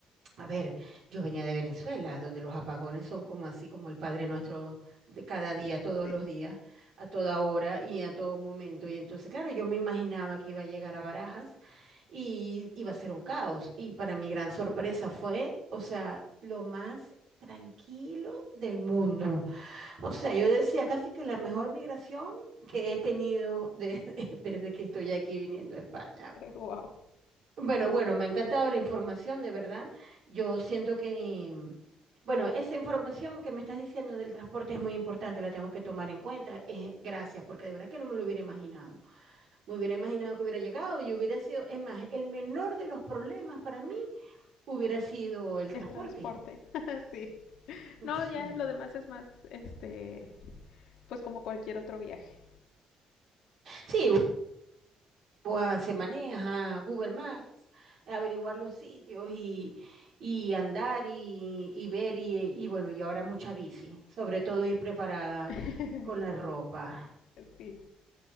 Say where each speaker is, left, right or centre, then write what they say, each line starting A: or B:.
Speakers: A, on the right; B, on the left.
A: a ver, yo venía de Venezuela, donde los apagones son como así como el Padre Nuestro de cada día, todos
B: Sí,
A: los días, a toda hora y a todo momento. Y entonces, claro, yo me imaginaba que iba a llegar a Barajas y iba a ser un caos. Y para mi gran sorpresa fue, o sea, lo más tranquilo del mundo. O sea, yo decía casi que la mejor migración que he tenido de- <laughs> desde que estoy aquí viniendo a España.
B: <laughs> wow.
A: Bueno, bueno, me ha encantado la información, de verdad. Yo siento que, bueno, esa información que me estás diciendo del transporte es muy importante, la tengo que tomar en cuenta. Eh, gracias, porque de verdad que no me lo hubiera imaginado. Me hubiera imaginado que hubiera llegado y hubiera sido, es más, el menor de los problemas para mí hubiera sido el
B: El
A: transporte.
B: transporte, <laughs> sí. No,
A: Sí.
B: ya lo demás es más, este, pues como cualquier otro viaje.
A: Sí, pues, se maneja, Google Maps, averiguar los sitios y, y andar y, y ver y, y bueno, y ahora mucha bici, sobre todo ir preparada
B: <laughs>
A: con la ropa.
B: sí.